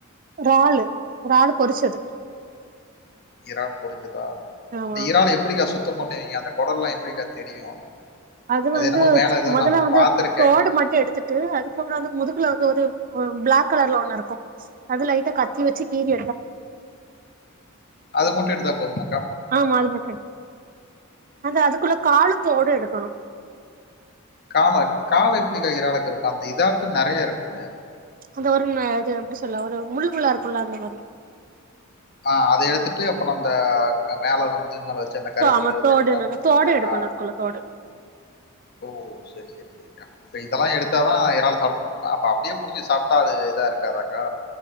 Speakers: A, on the right; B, on the left.
A: றாலு றாலு பொரிச்சது
B: இறான் பொரி சதா
A: ஆமா
B: இந்த
A: ஆமா
B: இறான எப்டிக்கா சுத் த்தொ பண்ணுவீங்க அந்த கொடல்லா எப்டிக்கா தெரியு
A: அது வந்து
B: என்னமோ மேல ஏதோ
A: மொதல்ல
B: நா
A: வந்து
B: பாத்திருக்கே
A: ஓடு மட்டு எடுத்துட்டு அதுக்கப்றோ வந்து முதுகுல வந்து ஒரு ஆ ப்ளாக் கலர்ல ஒண்ணு இருக்கு அது லைட்டா கத்தி வெச்சி கீறி
B: அத மட்டு எடுத்தா போதுமா
A: ஆமா அது மட்டு எட் அங்க அதுக்குள்ள காலு தோடு எடுக்கணு
B: காலாக் கால எப்டிக்கா இறாலுக்கிருக்கு அந்த இதாட்டொ நெறைய இருக்குமே
A: அந்த ஒரு ன அது எப்டி சொல்ல ஒரு முள்ளு முள்ளா இருக்குல்ல அந்த மாரி
B: ஆ அத எடுத்துட்டு அப்பறோ அந்த க மேல அது மு துகு மேல வச்சி அந்த கருப்கலர்
A: ஆமா
B: வந்து
A: தோடு
B: எடுத்துட்டா முடிஞ்சுங்களாக்கா
A: தோடு எடுக்கணு அதுக்குள்ள தோடு
B: ஓ செரி செரி செரிக்கா இப்ப இதெல்லா எடுத்தாதா எ றால சாப்ட முடியுமா அப்ப அப்டியே புடிச்சி சாப்ட்டா அது இதா இருக் க்காதாக்கா